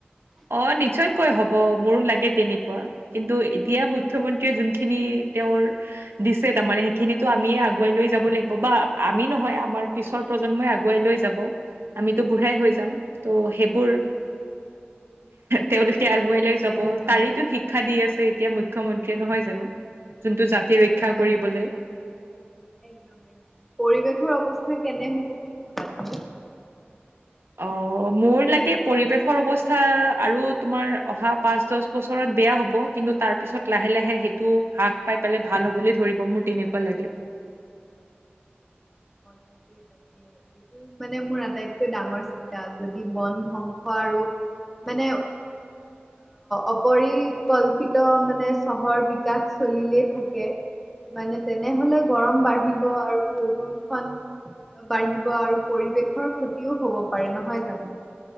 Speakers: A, on the right; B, in the centre.
A: অ, নিশ্চয়কৈ হব মোৰো লাগে তেনেকুৱা কিন্তু এতিয়া মুখ্যমন্ত্ৰীয়ে যোনখিনি তেওঁৰ দিছে তাৰমানে সেইখিনিতো আমিয়ে আগুৱাই লৈ যাব লাগিব বা আমি নহয় আমাৰ। পিছৰ প্ৰজন্মই আগুৱাই লৈ যাব আমিতো বুঢ়াই হৈ যাম
B: অ', তাকে
A: ত'
B: তাকে
A: সেইবোৰ,
B: তাকে
A: তেওঁলোকে
B: তাকে
A: আগুৱাই লৈ যাব
B: একদম
A: তাৰেতো
B: একদম।
A: শিক্ষা দি আছে এতিয়া মুখ্যমন্ত্ৰীয়ে নহয় জানো। যোনটো জাতি
B: একদম
A: ৰক্ষা কৰিবলৈ
B: একদম, একদম একদম পৰিৱেশৰ অৱস্থা কেনে হব বুলি ভাবা তুমি।
A: অঁ মোৰ লাগে পৰিৱেশৰ অৱস্থা আৰু তোমাৰ অহা পাঁচ দহ বছৰত বেয়া হ'ব। কিন্তু তাৰ পিছত লাহে লাহে সেইটো হ্ৰাস পাই পেলাই ভাল হ'বলৈ ধৰিব মোৰ তেনেকুৱা লাগে।
B: তাকে তাকে, এইটো মানে মোৰ আটাইতকৈ ডাঙৰ চিন্তা যদি বন ধ্বংস আৰু মানে, অপৰিকল্পিত মানে চহৰ বিকাশ চলিলেই থাকে। মানে তেনেহলে গৰম বাঢ়িব আৰু প্ৰদূ ষণ বাঢ়িব আৰু পৰিৱেশৰ ক্ষতিও হব পাৰে নহয় জানো।